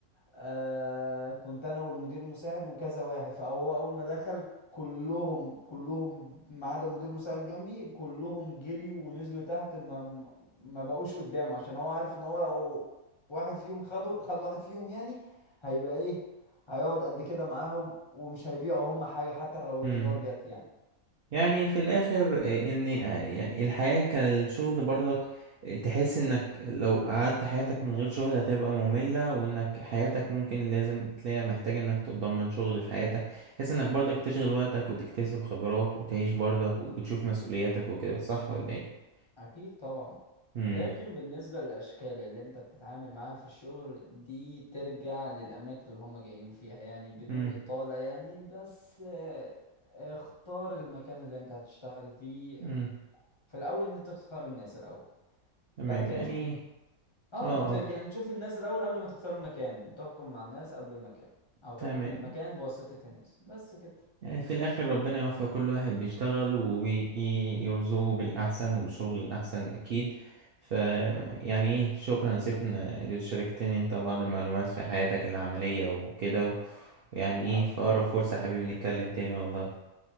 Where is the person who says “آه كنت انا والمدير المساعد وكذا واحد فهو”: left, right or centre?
Left